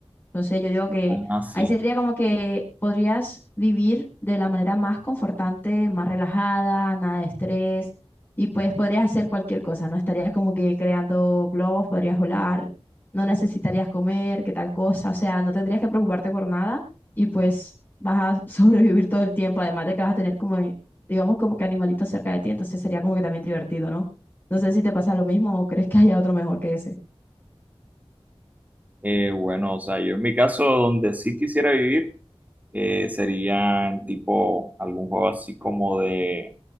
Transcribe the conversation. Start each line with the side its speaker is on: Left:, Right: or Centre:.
Left: Entonces yo digo que
Right: Ah, sí.
Left: ahí sería como que podrías vivir de la manera más confortante, más relajada, nada de estrés y pues podrías hacer cualquier cosa, ¿no? Estarías como que creando globos, podrías volar, no necesitarías comer, qué tal cosa, o sea, no tendrías que preocuparte por nada y pues vas a <laughs> sobrevivir todo el tiempo, además de que vas a tener como, eh, digamos, como que animalitos cerca de ti, entonces sería como que también divertido, ¿no? No sé si te pasa lo mismo o crees que haya otro mejor que ese.
Right: Eh, bueno, o sea, yo en mi caso, donde sí quisiera vivir, eh, sería en tipo algún juego así como de,